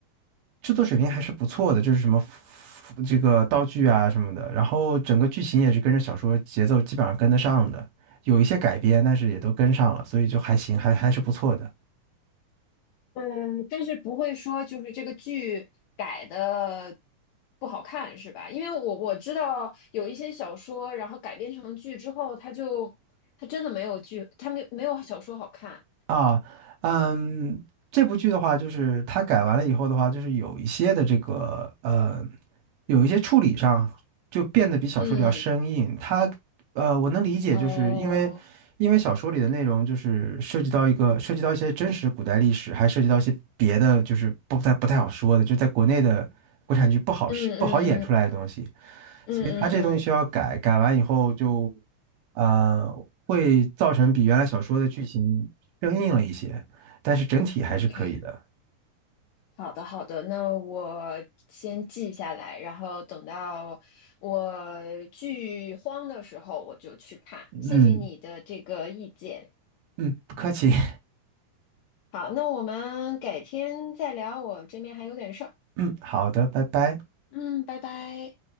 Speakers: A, on the right; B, on the left.
A: 制作水平还是不错的，就是什么服这个道具啊什么的，然后整个剧情也是跟着小说节奏基本上跟得上的，有一些改编，但是也都跟上了，所以就还行，还还是不错的
B: 嗯，但是不会说就是这个剧改的不好看是吧？因为我我知道有一些小说，然后改编成剧之后，它就它真的没有剧，它没没有小说好看。
A: 啊。嗯，这部剧的话，就是它改完了以后的话，就是有一些的这个呃，有一些处理上就变得比小说里要生硬，
B: 嗯，
A: 它呃，我能理解，
B: 哦，
A: 就是因为，因为小说里的内容就是涉及到一个涉及到一些真实古代历史，还涉及到一些别的，就是不太不太好说的，就在国内的国产剧不好是不好演出来的东西，
B: 嗯嗯嗯嗯嗯嗯
A: 所以它这东西需要改，改完以后就，呃，会造成比原来小说的剧情生硬了一些，但是整体还是可以的。
B: ，OK，好的好的，那我先记下来，然后等到我剧荒的时候我就去看。
A: 嗯
B: 谢谢你的这个意见。
A: 嗯，不客气。<laughs>
B: 好，那我们改天再聊，我这边还有点事儿。
A: 嗯，好的，拜拜。
B: 嗯，拜拜。